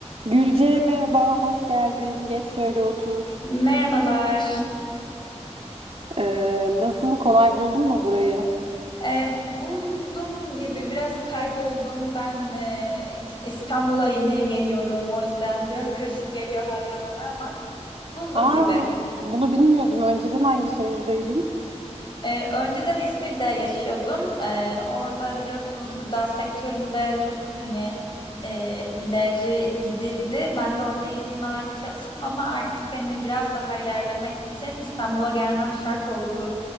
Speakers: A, on the right; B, on the left.
A: Gülce merhaba, hoş geldin. Geç şöyle otur.
B: Merhabalar.
A: Ee, nasıl kolay buldun mu burayı?
B: Ee, buldum gibi biraz kayboldum. Ben e, İstanbul'a yeni geliyorum. O yüzden biraz karışık geliyor hala bana ama buldum
A: Aa,
B: gibi.
A: bunu bilmiyordum. Önceden hangi şehirdeydin?
B: Ee, önceden İzmir'de yaşıyordum. Ee, orada biliyorsunuz gıda sektöründe çok hani e, ileri gidildi. Ben de orada iyi firmalarda çalıştım ama artık hani biraz daha ilerlemek için İstanbul'a gelmem şart olduğunu